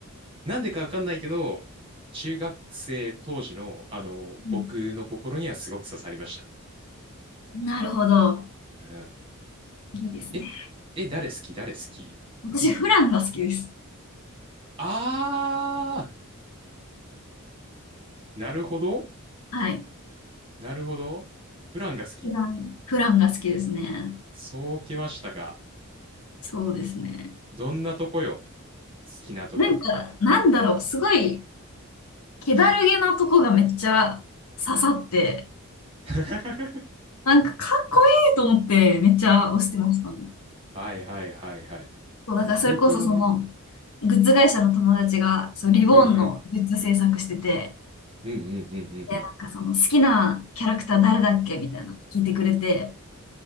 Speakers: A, on the right; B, on the left.
A: なんでかわかんないけど、中学生当時の、あの、
B: うん
A: 僕の心にはすごく刺さりました。
B: なるほど。
A: うん
B: いいですね。
A: え、え、誰好き誰好き
B: 私、フランが好きです。
A: あー、なるほど
B: はい。
A: なるほど。ブランが好き。
B: フラン。フランが好きですね。
A: そうきましたか。
B: そうですね。
A: どんなとこよ好きなとこ。
B: なんか、なんだろう、すごい、気だるげなとこがめっちゃ刺さって、
A: <laughs>
B: なんかかっこいいと思ってめっちゃ押してましたね。
A: はいはいはいはい。
B: そう、だからそれこそその、
A: なるほどね。
B: グッズ会社の友達が、そう、リボーンのグッズ制作してて、
A: うんうん。うんうんうんうんうん
B: で、なんかその好きなキャラクター誰だっけみたいな、聞いてくれて、